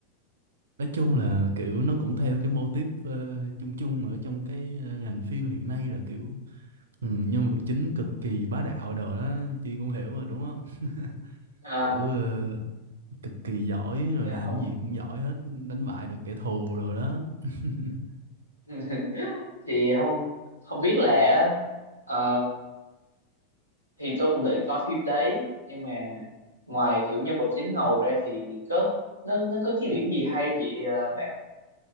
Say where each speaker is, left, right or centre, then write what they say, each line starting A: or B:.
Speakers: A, on the right (about 65°); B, on the left (about 80°).
A: nói chung là kiểu nó cũng theo cái mô típ ờ, chung chung ở trong cái ờ, ngành phim hiện nay là kiểu ừ, nhân vật chính cực kỳ bá đạo đồ đó Chi cũng hiểu mà đúng không <laughs>
B: Ờ,
A: kiểu ờ, cực kỳ giỏi rồi
B: dạ
A: làm
B: không
A: cái gì cũng giỏi hết đánh bại được kẻ thù rồi đó <laughs>
B: <laughs> thì không không biết là ờ, thì tôi cũng định coi phim đấy nhưng mà ngoài kiểu nhân vật chính ngầu ra thì có nó nó có cái điểm gì hay vậy ờ, bạn